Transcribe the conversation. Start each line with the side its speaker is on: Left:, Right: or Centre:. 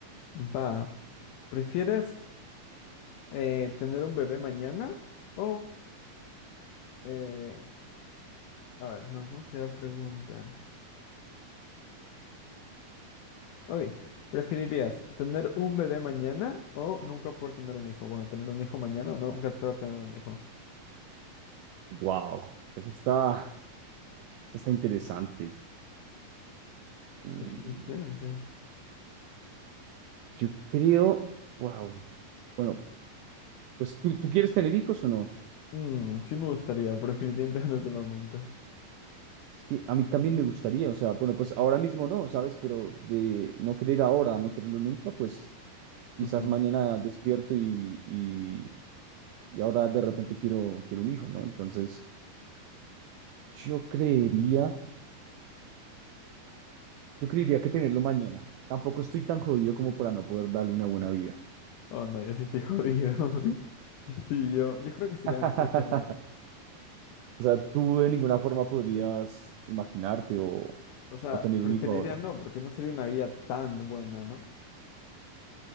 Left: Va. ¿Prefieres eh, tener un bebé mañana o... eh, a ver, no, ¿cómo será la pregunta? Ok, ¿preferirías tener un bebé mañana o nunca poder tener un hijo? Bueno, tener un hijo mañana o nunca poder tener un hijo.
Right: Wow, eso está. Eso está interesante. Mm,
Left: Definitivamente.
Right: Yo creo, wow. Bueno, pues ¿tú, tú quieres tener hijos o no?
Left: Mm, sí me gustaría, pero definitivamente <laughs> no es el momento.
Right: Es que a mí también me gustaría, o sea, bueno, pues ahora mismo no, ¿sabes? Pero de no querer ahora, no quererlo nunca, pues quizás
Left: Ujú.
Right: mañana despierto y, y, y ahora de repente quiero, quiero un hijo, ¿no? Entonces, yo creería, yo creería que tenerlo mañana. Tampoco estoy tan jodido como para no poder darle una buena vida.
Left: Oh, no, yo sí estoy jodido. <laughs> Sí, yo, yo creo que sería
Right: <laughs>
Left: mejor que no.
Right: O sea, tú de ninguna forma podrías imaginarte o,
Left: O sea,
Right: o tener
Left: preferiría
Right: un hijo ahora.
Left: no, porque no sería una vida tan buena, ¿no?